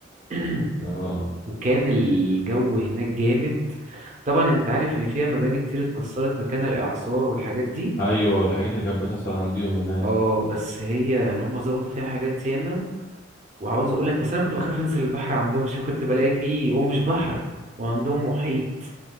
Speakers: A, on the right (about 35°); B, on the left (about 45°).
A: <clears throat>
B: اه
A: وكان الجو هناك جامد طبعا انت عارف ان فيها مباني كتير اتكسرت مكان الاعصار والحاجات دي
B: ايوه والحاجات اللي كانت بتحصل عنديهم هناك
A: اه بس هي يعني هم ظبطوا فيها حاجات ياما وعاوز اقول لك بس انا كنت بخاف انزل البحر عندهم عشان كنت بلاقي فيه هو مش بحر وعندهم محيط